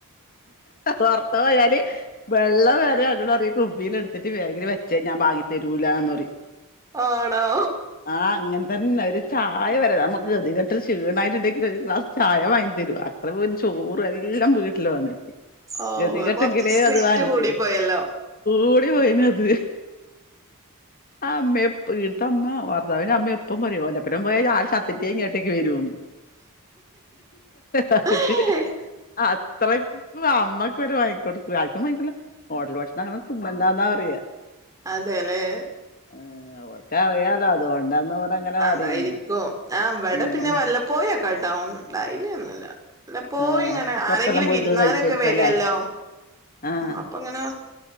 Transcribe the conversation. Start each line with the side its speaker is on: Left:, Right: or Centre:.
Left: പൊറത് പോയാല് വെള്ളം വരെ എന്നോട് പറയും കുപ്പിലു എടുത്തിട്ട് ബാഗിൽ ഇത് വച്ചേ ഞബാങ്ങിതരൂല്ലാന്ന് പറയും
Right: ആണോ
Left: ആ അങ്ങൻതന്നെ ഒരുചായ വരെരമ്മക്ക് ഗതിഗട്ട് ഷീണായിട്ടുണ്ടെങ്കിൽ ഒരു ഗ്ലാസ് ചായ വാങ്ങി തരു അത്രപോലുംചോറല്ലാം വീട്ടിൽ വന്ന്
Right: ഓ
Left: ഗതി കെട്ടങ്കിലേ
Right: കൊറച്ച് സ്ട്രിക്റ്റ്
Left: അത് വാങ്ങിതരു
Right: കൂടി പോയല്ലോ
Left: ഓടി പോയിനത് അമ്മേ ഇീട്ത്തമ്മ ഭർത്താവിന്റെ അമ്മ എപ്പം പറയും ഓൻ്റപ്പരം പോയാൽ ആല് ചത്തിട്ടേങ്ങട്ടേക്ക് വരോന്ന് അ
Right: ആഹ്
Left: അത്രക്ക് അമ്മ വരെ വാങ്ങിക്കൊടുക്കൂല ആർക്കുംവാങ്ങിക്കൊട്ല്ല ഓഡൽ ഭക്ഷണങ്ങനെ തിന്നണ്ടാന്നാ പറയാ
Right: അതേല്ലേ
Left: ഏഹ് ഓർക്ക് അറിയാലോ അതുകൊണ്ടാന്ന് ഓരങ്ങനെ
Right: അതായിരിക്കും
Left: പറയുന്നെ
Right: ആവ്ടെ
Left: ഉം
Right: പിന്നെ വല്ലപ്പോയും കം ടൗൺന് ഡൈലി ഒന്നുല്ല ല്ലപോയുംങ്ങനെ
Left: ആഹ്
Right: ആരെങ്കിലും
Left: പൊറത്തെല്ലാം പോയിട്ട്
Right: വിരുന്നാലൊക്കെ
Left: കഴിക്കുവായിരിക്കും
Right: വരുല്ലോ
Left: അല്ലേ ആഹ്
Right: അപ്പങ്ങനെ